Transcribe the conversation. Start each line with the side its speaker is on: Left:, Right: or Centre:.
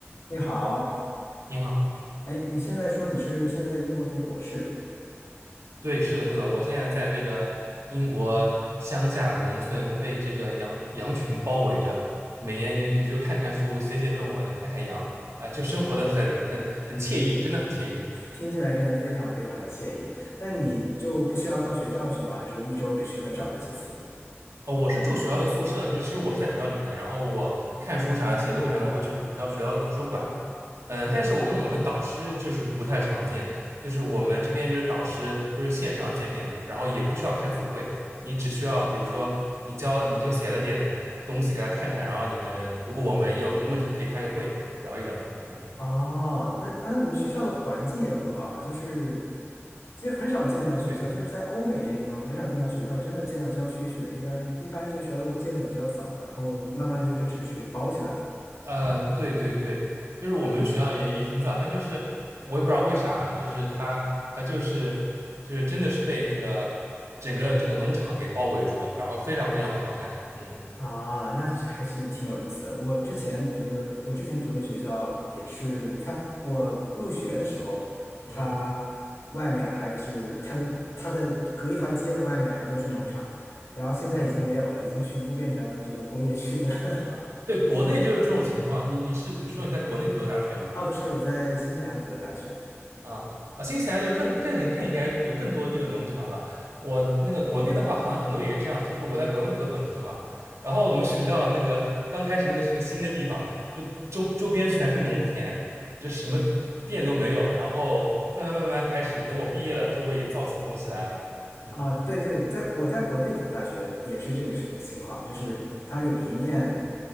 Left: 你好，
Right: 你好，
Left: 哎，你现在说你是现在在英国读博士，
Right: 对，是的，是的，我现在在这个英国乡下农村，被这个羊羊群包围着，每天也也就看看书，写写论文，看看羊，啊、就生活的很很很惬意，真的很惬意。
Left: 听起来真的非常非常的惬意。那你就不需要到学校去吗？
Right: 嗯。
Left: 还是说一周只去很少的几次？
Right: 呃，我是住学校的宿舍，就是其实我是在学校里面的，然后我看书啥、写论文啥的，我会去图书学校学校的图书馆。嗯，但是我跟我的导师就是不太常见，就是我们这边就是导师都是线上见面的，然后也不需要开组会，你只需要比如说你教你这个写了点东西给他看看，然后你们如果我们有什么问题可以开个会聊一聊。嗯，
Left: 哦，那啊，那你们学校的环境也很好啊，就是其实很少见到学校，
Right: 对。
Left: 就是在欧美这些地方很少见到学校真的建到郊区去的，一般一般这些学校都会建的比较早，然后慢慢就被城市给包起来了。
Right: 呃，对对对，就是我们学校也也挺早，但就是我也不知道为啥，就是他他就是就是真的是被那个整个这个农场给包围住了，然后非常非常的好看，嗯
Left: 啊，那是还是挺有意思的。我之前读的，我之前读的学校也是他，我入学的时候，他外面还是他的他的隔一条街的外面还都是农场，
Right: 嗯嗯
Left: 然后现在已经没有了，
Right: 嗯，
Left: 已经全部变成了这个工业区了。<laughs>
Right: 啊，对，国内就是这种情况，你你是你是说你在国内读的大学吗？
Left: 啊，不是，我在新西兰读的大学。
Right: 啊啊，新西兰就更更更应该有更多这个农场了。我那个国内的话，好像很多也是这样子，就是我在国内读的本科嘛，然后我们学校那个刚开始那个是个新的地方，就周周边全是农田，就什么店都没有。然后慢慢慢慢开始，等我毕业了，周围也造起东西来了。嗯
Left: 啊，对对，在我在国内读的大学也是这个情情况，就是它有一面
Right: 嗯，